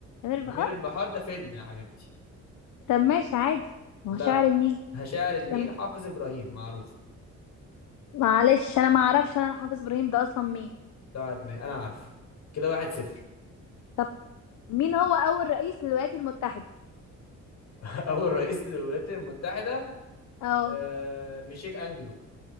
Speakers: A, on the left; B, on the left.
A: امير البحار
B: أمير البحار ده فيلم يا حبيبتي
A: طب ماشي عادي ما
B: لا
A: هو شاعر النيل
B: شاعر النيل
A: كم-
B: حافظ إبراهيم معروف
A: معلش انا ما اعرفش انا حافظ ابراهيم ده اصلا مين
B: طيب ماشي أنا عارفه كده واحد صفر
A: طب مين هو اول رئيس للولايات المتحده
B: <laughs> أول رئيس للولايات المتحدة
A: اه
B: آه ميشيل أنجلو